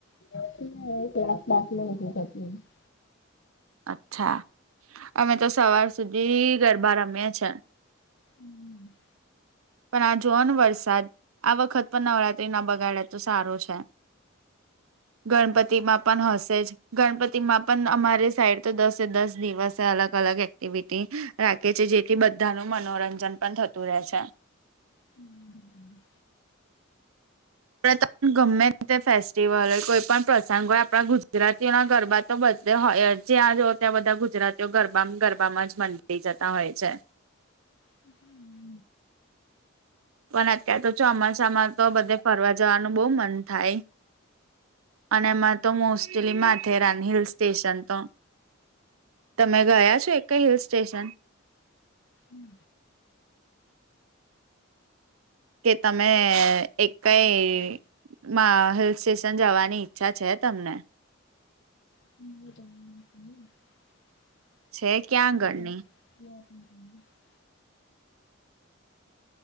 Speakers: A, on the left; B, on the right.
A: <inaudible>
B: અચ્છા, અમે તો સવાર સુધી ગરબા રમીએ છે.
A: હમ્મ
B: પણ આ જોઓન વરસાદ આ વખત પણ નવરાત્રી ના બગાડે તો સારુ છે. ગણપતિમાં પન હશે જ. ગણપતિમાં પણ અમારી સાઈડ તો દસે દસ દિવસ અલગ અલગ એક્ટિવિટી રાખે છે જેથી બધ્ધાનું મનોરંજન પણ થતું રેહ છે.
A: હમ
B: પણે ત ગમ્મે તે ફેસ્ટિવલ ઓય કોઈ પણ પ્રસંગ ઓય આપણા ગુજરાતીઓના ગરબા તો બધ્ધે હોય જ્યાં જો ત્યાં બધા ગુજરાતીઓ ગરબામ ગરબામાં જ મંદી જતા હોય છે.
A: <inaudible>
B: પણ અત્યાર તો ચોમાસામાં તો બધે ફરવા જવાનું બો મન થાય. અને માં તો મોસ્ટેલી માથેરાન હિલ્સ સ્ટેશન તો તમે ગયા છો એક્કેય હિલ્સ સ્ટેશન?
A: હમ
B: કે તમે એક્કઈ મા હિલ્સ સ્ટેશન જવાની ઈચ્છા છે તમને
A: <unintelligible> <inaudible>
B: છે ક્યાં આગળની